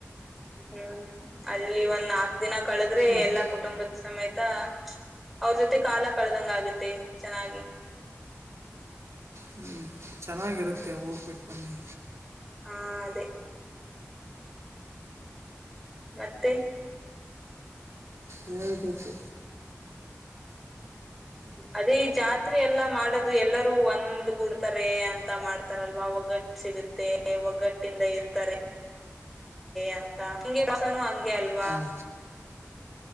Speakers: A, in the centre; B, on the right (about 65°).
A: ಹ್ಮ್ ಅಲ್ಲಿ ಒಂದ್ ನಾಕ ದಿನ ಕಳೆದ್ರೆ
B: ಮತ್ತು
A: ಎಲ್ಲಾ ಕುಟುಂಬದ ಸಮೇತ ಅವ್ರ ಜೊತೆ ಕಾಲ ಕಳೆದಂಗ ಆಗತ್ತೆ ಚೆನ್ನಾಗಿ
B: ಹ್ಞೂ ಚೆನ್ನಾಗಿರುತ್ತೆ ಹೋಗ್ಬಿಟ್ಟು ಬನ್ನಿ
A: ಹಾ ಅದೇ ಮತ್ತೆ
B: ಹೇಳ್ಬೇಕು
A: ಅದೇ ಈ ಜಾತ್ರೆ ಎಲ್ಲಾ ಮಾಡದು ಎಲ್ಲರೂ ಒಂದ್ಗೂಡ್ತಾರೆ ಅಂತ ಮಾಡ್ತಾರಲ್ವಾ ಒಗ್ಗಟ್ಟ ಸಿಗುತ್ತೆ ಒಗ್ಗಟ್ಟಿಂದ ಇರ್ತಾರೆ ಅ ಗೆ ಅಲ್ವಾ್ಮ
B: ಹಾಂ